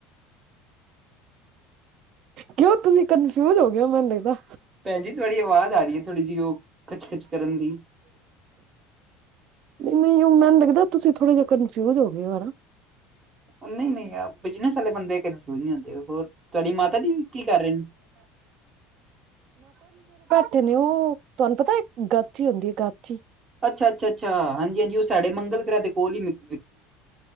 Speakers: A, on the right; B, on the right.
A: ਕਿਉਂ ਤੁਸੀਂ ਕਨਫਿਊਜ ਹੋ ਗ ਹੋ ਮੈਨੂੰ ਲਗਦਾ।
B: ਭੈਣ ਜੀ ਤੁਹਾਡੀ ਆਵਾਜ਼ ਆ ਰਹੀ ਥੋੜੀ ਜਿਹੀ ਉਹ ਖਿੱਚ-ਖਿੱਚ ਕਰਨ ਦੀ
A: ਨਹੀਂ-ਨਹੀਂ ਮੈਨੂੰ ਲੱਗਦਾ ਤੁਸੀਂ ਥੋੜੇ ਜਹੇ ਕਨਫਿਊਜ ਹੋ ਗਏ ਹੋ ਹਨਾ।
B: ਨਹੀਂ -ਨਹੀਂ ਯਾਰ ਬਿਜਨਸ ਵਾਲੇ ਬੰਦੇ ਕਨ ਸ਼ੂ ਨਹੀਂ ਹੁੰਦੇ ਉਹ ਹੋਰ ਤੁਹਾਡੀ ਮਾਤਾ ਜੀ ਕੀ ਕਰ ਰਹੇ ਨੇ।
A: ਤੇ ਨੇ ਉਹ ਤੁਹਾਨੂੰ ਪਤਾ ਗਾਚੀ ਹੀ ਹੁੰਦੀ ਏ ਗਾਚ
B: ਅੱਛਾ-ਅੱਛਾ- ਅੱਛਾ ਹਾਂਜੀ-ਹਾਂਜੀ ਉਹ ਸਾਡੇ ਮੰਗਲ ਗ੍ਰਹਿ ਦੇ ਕੋਲ ਹੀ ਮਿੱਲ